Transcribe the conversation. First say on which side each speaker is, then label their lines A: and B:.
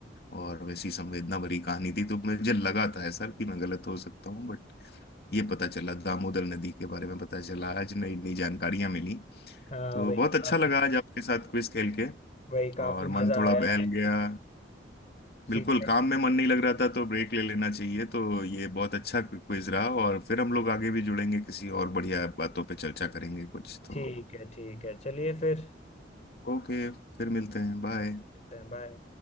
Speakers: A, on the left; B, on the left.
A: और वैसी संवेदना भरी कहानी थी तो मुझे लगा था ऐसा कि मैं गलत हो सकता हूँ बट ये पता चला दामोदर नदी के बारे में पता चला आज नई नई जानकारियां मिली
B: हाँ
A: तो
B: वही
A: बहुत
B: काफी
A: अच्छा लगा आज आपके साथ क्विज खेल के
B: वही काफी
A: और
B: मजा
A: मन थोड़ा
B: आया
A: बहल
B: है
A: गया बिल्कुल
B: ठीक है
A: काम में मन नहीं लग रहा था तो ब्रेक ले लेना चाहिए तो ये बहुत अच्छा क्विज रहा और फिर हम लोग आगे भी जुड़ेंगे किसी और बढ़िया बातों पे चर्चा करेंगे कुछ तो
B: ठीक है ठीक है चलिए फिर
A: ओके फिर मिलते हैं बाय
B: बाय